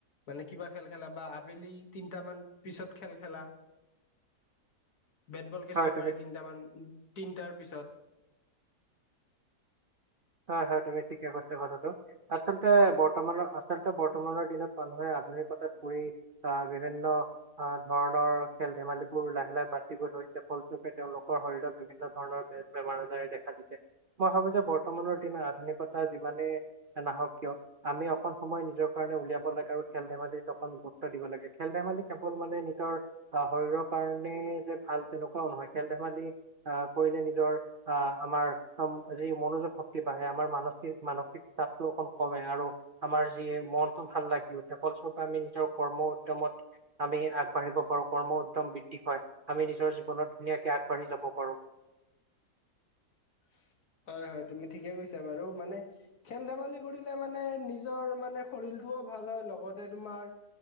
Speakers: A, on the left; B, on the right.
A: মানে কিবা খেল খেলা বা আবেলি তিনট মান পিছত খেল খেলা। বেটবল খেলিব
B: হয় তুমি
A: পাৰে তিনট মান তিনটাৰ পিছত।
B: হয় হয় তুমি ঠিকে কৈছা কথাটো, আচলতে বৰ্তমানৰ আচলতে বৰ্তমানৰ দিনত মানুহে আধুনিকতাত পৰিু আহ বিভিন্ন আহ ধৰণৰ খেল ধেমালিবোৰ লাহে লাহে বাদ দিব ধৰি ফলস্বূপে তেওঁলোকৰ শৰীৰত বিভিন্ন ধৰণৰ বেমাৰ আজাৰ দেখা দিছে, মই ভাবো যে বৰ বৰ্তমানৰ দিনা আধুনিকতা যিমানেই নাহক কিয় আমি অকণ সময় নিজৰ কাৰণে উলিয়াব লাগে আৰু খেল ধেমালিত অকণ গুৰুত্ব দিব লাগে, খেল ধেমালি কেৱল মানে নিজৰ আহ শৰীৰৰ কাৰণে যে ভাল তেনেকুৱাও নহয়, খেল ধেমালি আহ কৰিলে নিজৰ আহ আমাৰ যি মনোযোগ শক্তি বাঢ়ে আমাৰ মানসিক-মানসিক চাপটো অকণ কমে আৰু আমাৰ যি মনটো ভাল লাগি উঠে। ফলস্বৰূপে আমি নিজৰ কৰ্ম উদ্যমত আমি আগবাঢ়িব পাৰো কৰ্ম উদ্যম বৃদ্ধি হয় আমি নিজ নিজৰ জীৱনত ধুনীয়াকে আগবাঢ়ি যাব পাৰো।
A: <inaudible> হয়, হয়, তুমি ঠিকে কৈছা বাৰু মানে খেল ধোলি কৰিলে মানে নিজৰ মানে শৰীলটোও ভাল ভাল হয় লগতে তোমাৰ